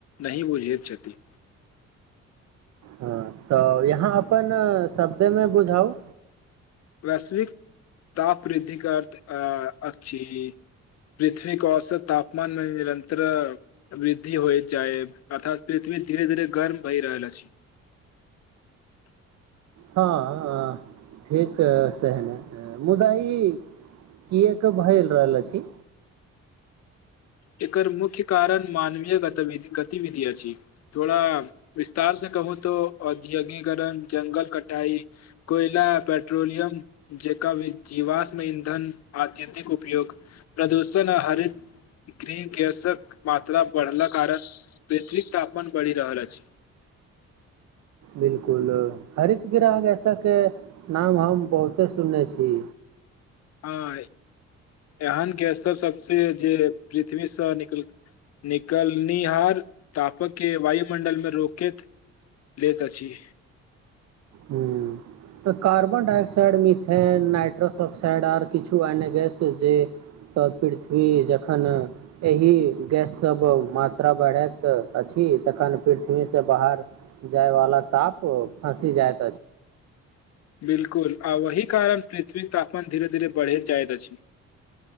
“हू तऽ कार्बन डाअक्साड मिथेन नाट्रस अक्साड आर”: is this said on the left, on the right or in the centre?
Right